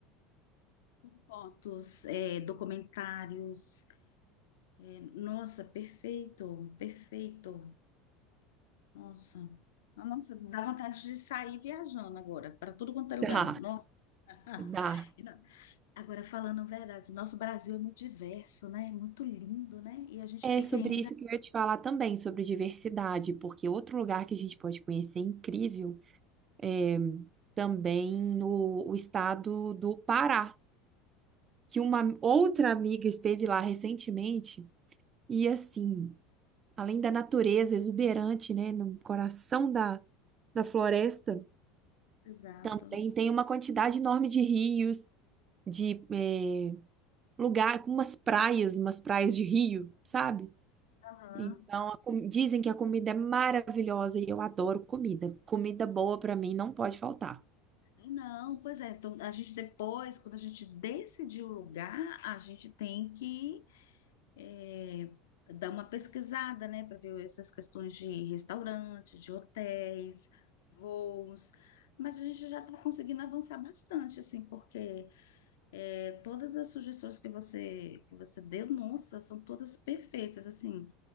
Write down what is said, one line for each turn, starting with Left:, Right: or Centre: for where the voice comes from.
Left: por fotos, é, documentários. É, nossa, perfeito, perfeito. Nossa. Nossa, dá vontade de sair viajando agora, para tudo quanto é lugar.
Right: Dá,
Left: <laughs> Ah,
Right: dá.
Left: E não- Agora, falando a verdade, nosso Brasil é muito diverso, né? Muito lindo, né? E a gente
Right: É
Left: fica
Right: sobre
Left: ainda.
Right: isso que eu ia te falar também, sobre diversidade, porque outro lugar que a gente pode conhecer incrível é também no o estado do Pará, que uma outra amiga esteve lá recentemente e assim, além da natureza exuberante, né, no coração da, da floresta,
Left: Exato.
Right: também tem uma quantidade enorme de rios, de eh, lugar com umas praias, umas praias de rio, sabe?
Left: Aham.
Right: Então, a com- dizem que a comida é maravilhosa e eu adoro comida. Comida boa para mim não pode faltar.
Left: Não, pois é. Então, a gente depois, quando a gente decidir o lugar, a gente tem que eh, dar uma pesquisada, né? Para ver essas questões de restaurante, de hotéis, voos. Mas a gente já está conseguindo avançar bastante, assim, porque. É, Todas as sugestões que você que você deu, nossa, são todas perfeitas, assim.